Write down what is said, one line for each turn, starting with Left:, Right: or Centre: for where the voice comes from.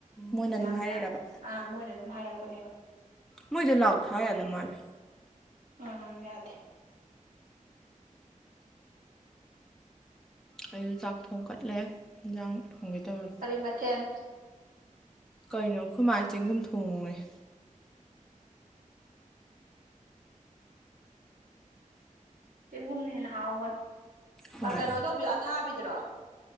Centre: ꯃꯣꯏꯅ
Right: ꯃꯦꯗꯥꯝꯅ
Centre: ꯑꯗꯨꯝ ꯍꯥꯏꯔꯛꯏꯔꯕ
Right: ꯑ ꯃꯣꯏꯅ ꯑꯗꯨꯝ ꯍꯥꯏꯔꯛꯄꯅꯦꯕ
Centre: ꯃꯖꯂ ꯑꯣꯊꯥ ꯌꯥꯗꯃꯅ
Right: ꯎꯝ ꯌꯥꯗꯦ
Centre: ꯑꯩꯁꯨ ꯆꯥꯛ ꯊꯣꯡ ꯀꯠꯂꯦ ꯌꯦꯟꯖꯥꯡ ꯊꯣꯡꯒꯦ ꯇꯧꯔꯦ
Right: ꯀꯔꯤ ꯃꯊꯦꯟ
Centre: ꯀꯩꯅꯣ ꯑꯈꯨꯃꯥꯅ ꯆꯦꯡꯒꯨꯝ ꯊꯣꯡꯉꫭꯌꯦ
Right: ꯆꯦꯡꯒꯨꯝꯅ ꯍꯦꯟꯅ ꯍꯥꯎꯕꯅꯤ
Centre: ꯍꯣꯏ
Right: ꯀꯩꯅꯣ ꯇꯧꯕꯤ ꯑꯊꯥꯕꯤꯗ꯭ꯔꯣ